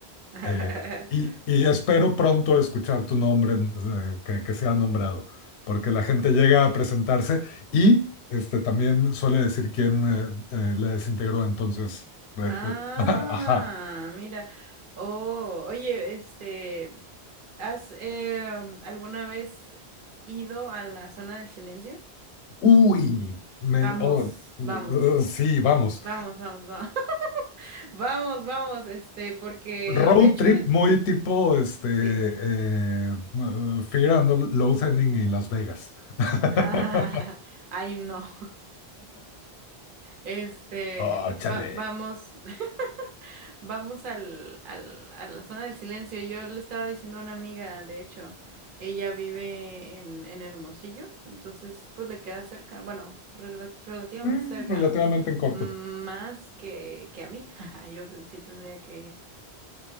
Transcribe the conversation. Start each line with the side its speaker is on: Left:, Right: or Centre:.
Right: <laughs>
Left: Eh, y, y espero pronto escuchar tu nombre, eh, que, que sea nombrado, porque la gente llega a presentarse y este, también suele decir quién eh, eh, le desintegró. Entonces, eh,
Right: Ah,
Left: eh, <laughs> ajá.
Right: mira. Oh, oye, este, ¿has em, alguna vez ido a la zona del silencio?
Left: Uy, me,
Right: Vamos,
Left: oh, eh,
Right: vamos,
Left: sí, vamos.
Right: vamos, vamos, vamos, <laughs> vamos, vamos, este, porque
Left: Road
Right: de hecho,
Left: trip muy tipo este,
Right: sí.
Left: eh, eh, Fear and Loathing en Las Vegas. <laughs>
Right: <laughs> Ay, no. <laughs> Este,
Left: Oh,
Right: va-
Left: chale.
Right: vamos, <laughs> vamos al, al- a la zona del silencio. Yo le estaba diciendo a una amiga, de hecho, ella vive en, en Hermosillo, entonces pues le queda cerca, bueno, rela- relativamente
Left: Eh,
Right: cerca,
Left: Relativamente
Right: ¿no?
Left: en corto.
Right: Más que, que a mí. <laughs> Yo ten- sí tendría que ir